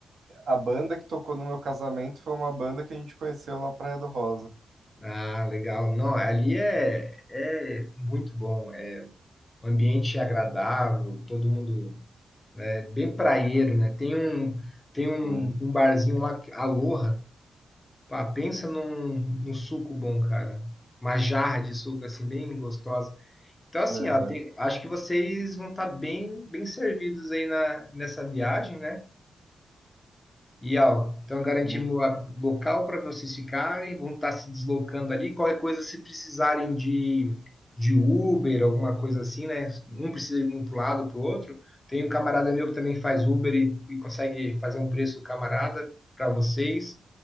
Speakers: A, on the right (about 60°); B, on the left (about 15°).
A: a banda que tocou no meu casamento foi uma banda que a gente conheceu na Praia do Rosa.
B: Ah, legal. Não, ali é, é muito bom. o ambiente é agradável, todo mundo é bem praieiro, né? Tem um, tem um,
A: Sim.
B: um barzinho lá, que- Aloha, pá, pensa num, num suco bom, cara. Uma jarra de suco, assim, bem gostosa. Então, assim,
A: Aham.
B: ó, tem- acho que vocês vão estar bem, bem servidos aí na, nessa viagem, né? E ó, então garantimos
A: Sim.
B: a- local para vocês ficarem, vão estar se deslocando ali. Qualquer coisa, se precisarem de, de Uber, alguma coisa assim, né? Um precisa ir um para o lado, para o outro. Tem um camarada meu que também faz Uber e, e consegue fazer um preço camarada para vocês.